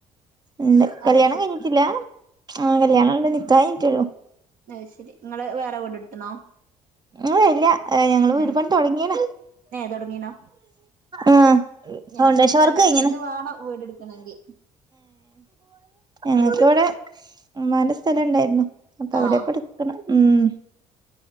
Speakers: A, on the right (about 25°); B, on the right (about 50°).
A: ഉണ്ട് കല്യാണം
B: അത് ശരി
A: കഴിഞ്ഞിട്ടില്ല ആഹ് കല്യാണം ഉണ്ട് നിക്കാഹ് കഴഞ്ഞിട്ടുള്ളൂ
B: അ ശരി നിങ്ങള് വേറെ വീടെ എടുത്തണോ
A: ഉ വല്ല ഞങ്ങള് വിടുപണ
B: ഉം
A: തുടങ്ങിയന
B: ഏ തുടങ്ങീണോ
A: ആഹ ഫൗണ്ടേഷൻ
B: ഞങ്ങക്ക് സ്ഥലം
A: വർക്ക്
B: എടുത്തിട്ട്
A: ഇങ്ങനെ
B: വേണം വീട് എടുക്കണെങ്കി
A: ഞങ്ങൾക്ക് ഇവിടെ ഉമ്മാന്റെ സ്ഥലം ഉണ്ടായിരുന്നു അപ്പൊ അവിടെ
B: ആഹ്
A: പ എടുക്ക ഉം